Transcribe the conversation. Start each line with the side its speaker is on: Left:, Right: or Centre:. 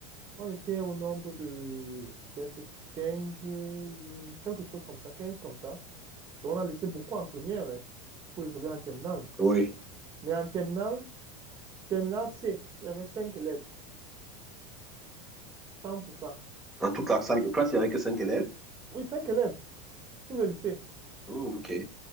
Right: on était au nombre de peut-être 15 euh, quelque chose comme ça, 15 comme ça. Donc, on a laissé beaucoup en première, hein, pour évoluer en terminale.
Centre: Oui.
Right: Mais en terminale, terminale C, il y avait cinq élèves, 100%.
Centre: Dans toute la salle de classe, il n'y avait que cinq élèves.
Right: Oui, cinq élèves, tout le lycée.
Centre: Hmm, ok.